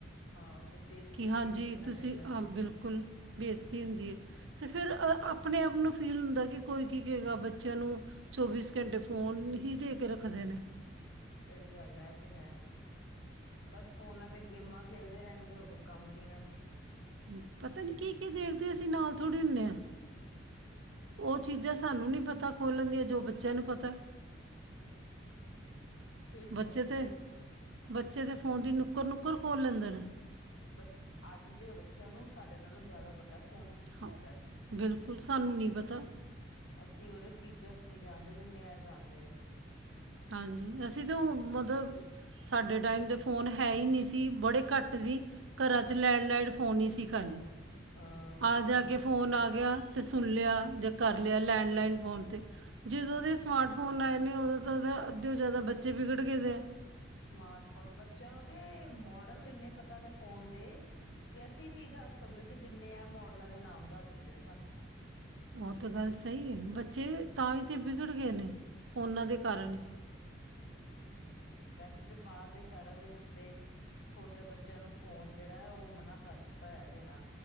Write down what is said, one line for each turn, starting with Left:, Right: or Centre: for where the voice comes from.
Left: ਹਾਂ ਫਿਰ ਬੇਜਤੀ
Right: ਕਿ
Left: ਹੁੰਦੀ
Right: ਹਾਂਜੀ
Left: ਹੈ ਫਿਰ ਦੇਣਾ
Right: ਤੁਸੀਂ
Left: ਪੈਂਦਾ ਹੈ
Right: ਆਂ, ਬਿਲਕੁਲ ਬੇਸਤੀ ਹੁੰਦੀ ਏ। ਤੇ ਫੇਰ ਅ, ਆਪਨੇ ਆਪ ਨੂੰ ਫੀਲ ਹੁੰਦੈ ਕਿ ਕੋਈ ਕੀ ਕਏਗਾ ਬੱਚੇਆਂ ਨੂੰ। ਚੌਬੀਸ ਘੰਟੇ ਫੋਨ, ਹੀ ਦੇ ਕੇ ਰੱਖਦੇ ਨੇ।
Left: ਸਈ ਗਾੱਲ ਐ ਤੇ ਹੈ, ਬਸ ਫੋਨਾਂ ਤੇ ਗੇਮਾਂ ਖੇਲਦੇ ਰੈਨਗੇ ਹੋਰ ਕੋਈ ਕਾੰਮ ਨੀ ਏਨਾਂ ਨੂੰ।
Right: ਹੂੰ, ਪਤਾ ਨੀ ਕੀ-ਕੀ ਦੇਖਦੇ ਅਸੀ ਨਾਲ ਥੋੜੀ ਹੁੰਨੇ ਆਂ। ਓ ਚੀਜਾ ਸਾਨੂੰ ਨੀ ਪਤਾ ਖੋਲਨ ਦੀਆਂ ਜੋ ਬੱਚੇਆ ਨੂੰ ਪਤਾ।
Left: ਸਹੀ
Right: ਬੱਚੇ
Left: ਗੱਲ
Right: ਤੇ,
Left: ਹੈ ਬਿਲਕੁਲ।
Right: ਬੱਚੇ ਤੇ ਫੋਨ ਦੀ ਨੁੱਕਰ-ਨੁੱਕਰ ਖੋਲ੍ਹ ਲੈਂਦੇ ਨੇ।
Left: ਬੱਚ ਆੱਜ ਦੇ ਬੱਚੇਆਂ ਨੂੰ ਸਾਡੇ ਨਾਲੋਂ ਜਾਦਾ ਪ ਤਾ ਫੋਨ ਚ ਕੀ
Right: ਹਾਂ
Left: ਹੁੰਦੈ।
Right: ਬਿਲਕੁਲ ਸਾਨੂੰ ਨਹੀਂ ਪਤਾ
Left: ਅਸੀ ਓਦੇ ਫੀਚਰਸ ਨੀ ਜਾਨਦੇ ਜਿੰਨੇ ਐ ਜਾਨਦੇ ਨੇ।
Right: ਹਾਂਜੀ, ਅਸੀਂ ਤੋ ਮਤਬ ਸਾਡੇ ਟਾਈਮ ਤੇ ਫੋਨ ਹੈ ਈ ਨਈ ਸੀ, ਬੜੇ ਘਾੱਟ ਸੀ। ਘਰਾਂ 'ਚ ਲੈਂੜਲਾਈੜ ਫ਼ੋਨ ਈ ਸੀ ਖਾੱਲੀ।
Left: ਹਾਂ ਸਹੀ
Right: ਆ-ਜਾ
Left: ਗੱਲ
Right: ਕੇ
Left: ਹੈ।
Right: ਫੋਨ ਆ ਗੇਆ, ਤੇ ਸੁਨ ਲੇਆ ਜਾ ਕਾਰ ਲੇਆ ਲੈਂਨਲਈਨ ਫੋਨ ਤੇ। ਜਿਦੋਂ ਦੇ ਸਮਾਟ ਫੋਨ ਆਏ ਨੇ ਓਦੋ ਦਾ ਤਾਂ, ਅੱਦੇ ਓ ਜਾਦਾ ਬੱਚੇ ਵਿਗੜ ਗਏ ਦੇ।
Left: ਸਮਾਰਟਫੋਨ ਬੱਚੇਆਂ ਨੂੰ ਤੇ, ਮੋੜਲ ਇੰਨੇ ਪਤਾ ਨੇ ਫੋਨ ਦੇ ਕੀ ਅਸੀਂ ਨੀ ਦਾੱਸ ਸਕਦੇ ਕੀ ਜਿੰਨੇ ਐ ਮੋਡਲਾਂ ਦੇ ਨਾਮ ਦਾੱਸ ਦਿੰਦੇ ਨੇ ਸਾਨੂੰ।
Right: ਓ ਤਾਤੇ ਗਾੱਲ ਸਈ ਏ ਬੱਚੇ, ਤਾਂ ਈ ਤੇ ਬਿਗੜ ਗੇ ਨੇ ਫੋਨਾਂ ਦੇ ਕਾਰਨ ਈ।
Left: ਹੂੰ, ਵੈਸੇ ਤੇ ਬਾਰ ਦੇ ਸੈ਼ਰਾਂ ਦੇ ਵਿੱਚ ਤੇ ਛੋਟੇ ਬੱਚੇਆਂ ਨੂੰ ਫੋਨ ਜੇੜਾ ਯਾ ਓ ਮਨਾ ਕਾਰ ਦਿੱਤਾ ਹੋਏਆ ਦੇਨਾ।